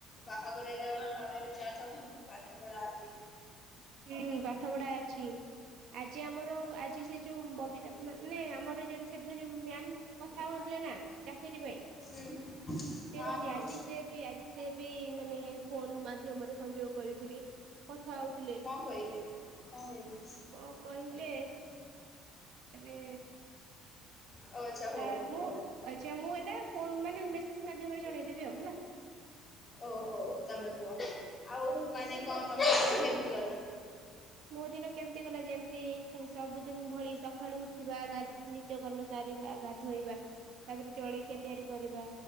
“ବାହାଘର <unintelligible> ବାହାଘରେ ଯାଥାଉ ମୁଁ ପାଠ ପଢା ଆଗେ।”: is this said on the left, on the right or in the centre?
Left